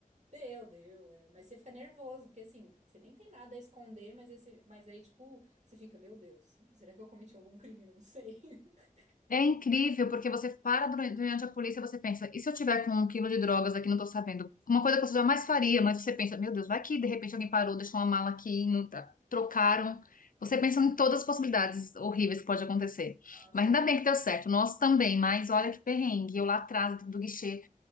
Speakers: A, on the right (about 55°); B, on the left (about 75°).
A: Deu, deu. é, Mas você fica nervoso, porque assim, você nem tem nada a esconder, mas, esse, mas aí, tipo, você fica, meu Deus, será que eu cometi algum crime? Não sei. <laughs>
B: É incrível, porque você para dura- durante a polícia, e você pensa, e se eu tiver com um quilo de drogas aqui, não tô sabendo? Uma coisa que você jamais faria, mas você pensa, meu Deus, vai que de repente alguém parou, deixou uma mala aqui, não tá- trocaram. Você pensa em todas as possibilidades horríveis que pode acontecer.
A: Nossa,
B: Mas ainda bem que deu certo, nós também, mas olha que perrengue, eu lá atrás do, do guichê,